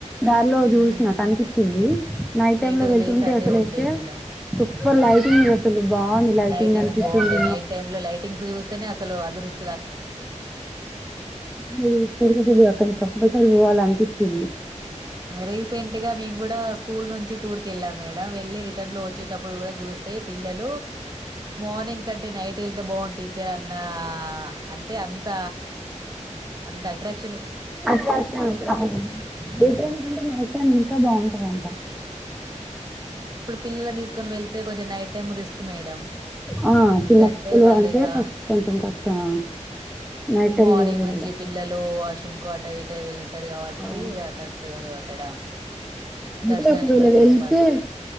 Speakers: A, in the centre; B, on the right.
A: దారిలో
B: హ్మ్.
A: చూసిన కనిపించింది నైట్ టైమ్
B: ఏ టూ
A: లో వెళ్తుంటే
B: వేస్ అట్టే
A: అసలైతే
B: ఉంటాయి మేడం
A: సూపర్ లైటింగ్ అసలు బాగుంది లైటింగ్
B: లైటింగ్స్
A: అనిపిస్తుంది
B: బాగుంటాయి నైట్ టైమ్ లో లైటింగ్స్ చూస్తేనే అసలు అదుర్స్
A: మీరు తిరుగదు అక్కడి కంపల్సరీ పోవాలంట పోస్తుంది
B: రీసెంట్ గా మేము కూడా స్కూల్ నుంచి టూర్ కి వెళ్ళాం మేడం వెళ్ళి రిటర్న్ లో వచ్చేటప్పుడు కూడా చూస తే పిల్లలు మార్నింగ్ క ట నైట్ వెళ్తే బాగుం టీచర్ అన్న అంటే అంత అంత అట్రాక్ట్
A: <unintelligible>
B: హ్మ్.
A: డే టైమ్ కంటే నైట్ టైమ్ ఇంకా బాగుంటందింత
B: పిల్లల్ని తీసుకని వెళ్తే కొంచెం నైట్ టైమ్ రిస్క్ మేడమ్
A: ఆ
B: ఎందుకంటే
A: చిన్నపిల్లలు
B: వాళ్లు
A: అంటే
B: ఇగ
A: కష్ కొంచెం కష్టం నైట్ టైమ్
B: మార్నింగ్
A: లో వెళ్ళడం
B: నుంచి ఈ పిల్లలు వాష్‌రూమ్ కో అటో ఇటో వెళ్తారు కాబట్టి
A: అవును
B: క కరెక్ట్ అక్కడ
A: అంటే
B: దర్శనానికి
A: ఒక వీళ
B: గూడా
A: వెళ్తే
B: కరెక్ట్ పాజి